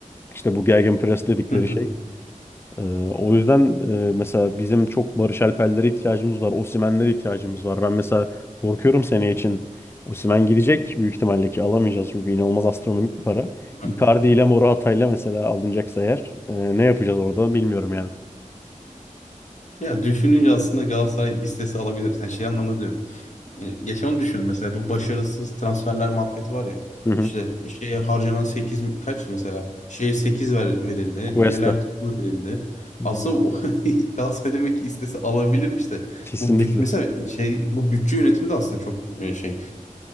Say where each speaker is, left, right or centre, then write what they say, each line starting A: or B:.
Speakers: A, on the left; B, on the left.
A: işte bu gegenpress dedikleri
B: Hı
A: şey. Ee, o yüzden e, mesela bizim çok Barış Alper'lere ihtiyacımız var. Osimhen'lere ihtiyacımız var. Ben mesela korkuyorum seneye için. Osimhen gidecek büyük ihtimalle ki alamayacağız çünkü inanılmaz astronomik bir para.
B: hı.
A: Icardi ile Morata ile mesela alınacaksa eğer e, ne yapacağız orada bilmiyorum yani.
B: Ya düşününce aslında Galatasaray istese alabilir. Yani şey anlamda diyorum. Yani geçen onu düşündüm mesela bu başarısız transferler muhabbeti var ya.
A: Hı hı.
B: İşte şeye harcanan 8 mi- kaç mesela? Şeye 8 ver, verildi.
A: Cuesta.
B: Yeler toplu verildi.
A: Yani
B: Aslında o- <laughs> Galatasaray demek ki istese alabilirmiş de.
A: kesinlikle.
B: Bu büt mesela şey bu bütçe yönetimi de aslında çok e, şey.